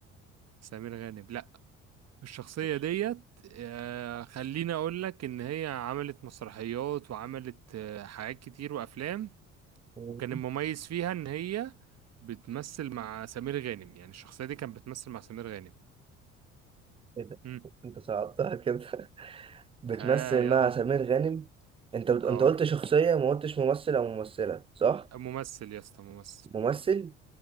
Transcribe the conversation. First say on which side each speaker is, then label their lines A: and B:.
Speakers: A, on the right; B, on the right.
A: سمير غانم لا الشخصية
B: ماشي
A: ديت آه، خليني أقول لك إن هي عملت مسرحيات وعملت آه، حاجات كتير وأفلام
B: ايه
A: وكان المميز فيها إن هي بتمثل مع سمير غانم يعني الشخصية دي كانت بتمثل مع سمير غانم
B: ده
A: مم.
B: انت صعبتها كده <laughs> بتمثل
A: ها يلا
B: مع سمير غانم انت بت...
A: اه
B: انت قلت شخصية ما قلتش ممثل أو ممثلة صح؟
A: ممثل يا اسطى ممثل
B: ممثل